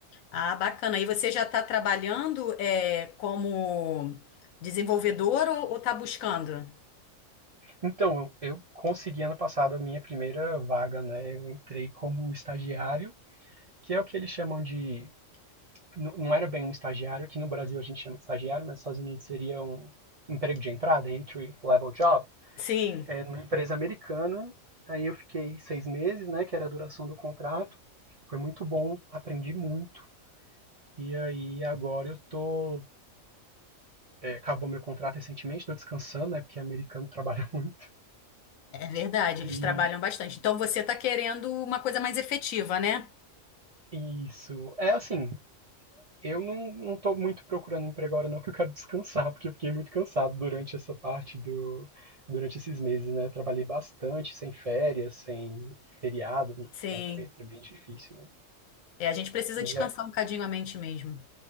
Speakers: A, on the left; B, on the right.
A: Ah, bacana. E você já está trabalhando é, como desenvolvedor ou está buscando?
B: Então, eu, eu consegui ano passado a minha primeira vaga, né? Eu entrei como estagiário, que é o que eles chamam de não, não era bem um estagiário, aqui no Brasil a gente chama de estagiário, mas nos Estados Unidos seria um emprego de entrada, entry level job,
A: Sim,
B: é, numa empresa americana. Aí eu fiquei seis meses, né, que era a duração do contrato. Foi muito bom, aprendi muito. E aí agora eu tô é, acabou meu contrato recentemente, tô descansando, né? Porque americano <laughs> trabalha muito.
A: é verdade,
B: E
A: eles trabalham bastante. Então você está querendo uma coisa mais efetiva, né?
B: isso. É assim, Eu não, não tô muito procurando emprego agora, não, que eu quero descansar, porque eu fiquei muito cansado durante essa parte do, durante esses meses, né? Eu trabalhei bastante, sem férias, sem feriado, né?
A: Sim.
B: é bem, é bem difícil, né?
A: É, a gente precisa
B: E
A: descansar
B: é-
A: um bocadinho a mente mesmo.